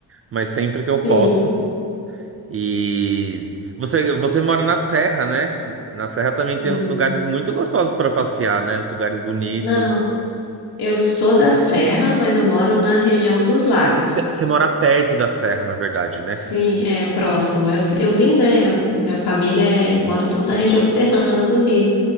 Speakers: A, on the right; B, on the left.
A: mas sempre que eu
B: sim.
A: posso. E você, você mora na Serra, né? Na Serra também tem
B: Hum.
A: uns lugares muito gostosos para passear, né? Uns lugares bonitos.
B: Não. Eu sou da Serra, mas eu moro na região dos Lagos.
A: Você mora perto da Serra, na verdade, né?
B: Sim, é próximo. Eu, eu vim, né? eu- Minha família é- mora tudo na região serrana do Rio,